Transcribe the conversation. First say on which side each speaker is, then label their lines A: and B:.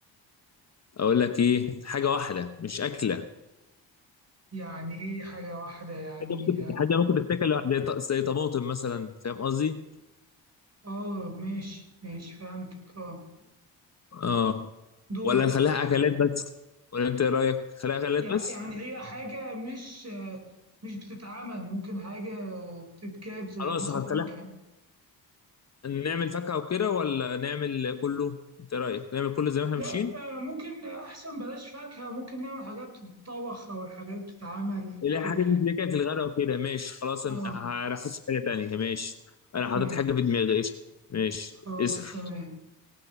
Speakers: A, on the left (about 35°); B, on the right (about 30°).
A: اقول لك ايه حاجه واحده مش اكله
B: يعني ايه حاجة واحدة يعني
A: حاجه ممكن حاجه ممكن تتاكل لوحدها، زي ط- زي طماطم مثلا فاهم قصدي
B: اه ماشي ماشي فهمتك اه
A: اه
B: دورك
A: ولا نخليها اكلات بس ولا انت ايه رايك نخليها اكلات
B: يع-
A: بس
B: يعني هي حاجة مش آه، مش بتتعمل ممكن حاجة بتتجاب زي
A: خلاص
B: مثلا
A: هنخليها
B: فاكهة
A: نعمل فاكهة وكده ولا نعمل كله انت رايك نعمل كله زي ما احنا
B: لا
A: ماشيين
B: آه، ممكن أحسن بلاش فاكهة ممكن نعمل حاجات تتطبخ أو الحاجات بتتعمل أو
A: اللي
B: كده
A: هي حاجات اللي كانت الغداء وكده ماشي خلاص
B: اه
A: انا ه- هحط حاجة تانية ماشي انا حاطط
B: ماشي
A: حاجة في دماغي قشطة ماشي
B: خلاص
A: اسأل
B: تمام